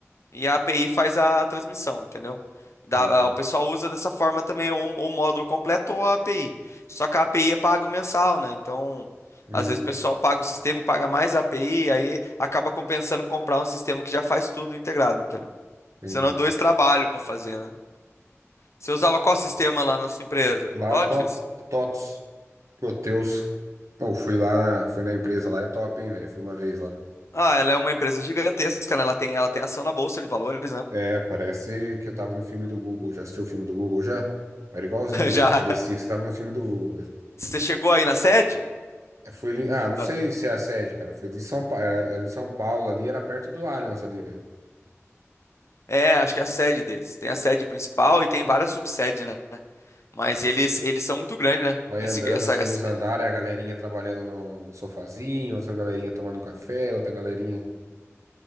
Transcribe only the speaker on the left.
e a API faz a transmissão, entendeu? Dá-
o pessoal usa dessa forma também ou ou o módulo completo ou a API. Só que a API é pago mensal, né? Então,
às vezes o pessoal paga o sistema e paga mais a API, aí acaba compensando comprar um sistema que já faz tudo integrado, entendeu?
Senão, dois trabalhos para fazer, né? Você usava qual sistema lá na sua empresa?
TOTFIS?
Ah, ela é uma empresa gigantesca, né? Ela tem, ela tem ação na Bolsa de Valores, né? <laughs>
Já.
Você chegou aí na sede?
Na-
É, acho que é a sede deles. Tem a sede principal e tem várias subsedes, né? Mas eles, eles são muito grandes, né?
Esse,
essa,
esse-